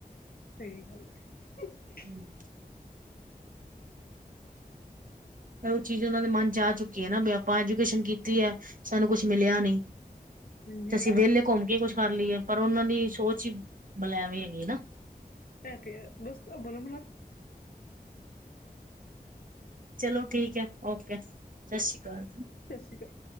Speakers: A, on the left; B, on the right.
A: ਸਹੀ ਗੱਲ ਹੈ।
B: ਹਮ ਪਰ ਉਹ ਚੀਜ਼ ਉਹਨਾਂ ਦੇ ਮਨ ਜਾ ਚੁੱਕੀ ਹੈ ਨਾ ਵੀ ਆਪਾਂ ਐਜੂਕੇਸ਼ਨ ਕੀਤੀ ਹੈ ਸਾਨੂੰ ਕੁਛ ਮਿਲਿਆ ਨਹੀਂ।
A: ਹਾਂਜੀ
B: ਤੇ ਅਸੀਂ
A: ਹਾਂਜੀ
B: ਵਿਹਲੇ ਘੁੰਮ ਕੇ ਕੁਛ ਕਰ ਲਈਏ ਪਰ ਉਹਨਾਂ ਦੀ ਸੋਚ ਹੀ ਬੁਲੈਵੇਂ ਹੈਗੀ ਨਾ।
A: ਇਹ ਤੇ ਬਸ ਬਲ ਮਨਾ।
B: ਚਲੋ ਠੀਕ ਹੈ ਓਕੇ ਸਤਿ ਸ਼੍ਰੀ ਅਕਾਲ।
A: ਸਤਿ ਸ਼੍ਰੀ ਅਕਾਲ।